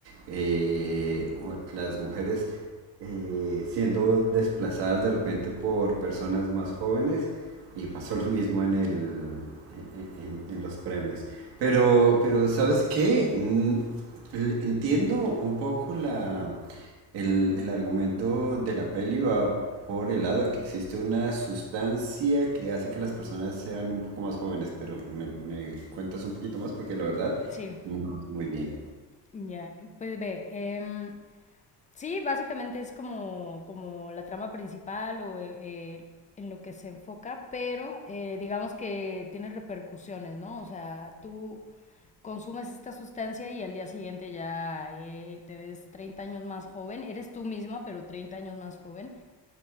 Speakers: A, on the right; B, on the left.
A: Eh, las mujeres eh, siendo desplazadas de repente por personas más jóvenes y pasó lo mismo en el, en, en- en los premios. Pero, pero ¿sabes qué? Mm, l- Entiendo un poco la, el, el argumento de la peli va por el lado de que existe una sustancia que hace que las personas sean un poco más jóvenes, pero me, me cuentas un poquito más porque la verdad
B: Sí.
A: no sé muy bien.
B: Ya, pues ve, em, sí, básicamente es como, como la trama principal o eh, eh, en lo que se enfoca, pero eh, digamos que tiene repercusiones, ¿no? O sea, tú consumes esta sustancia y al día siguiente ya eh, te ves 30 años más joven, eres tú misma, pero 30 años más joven,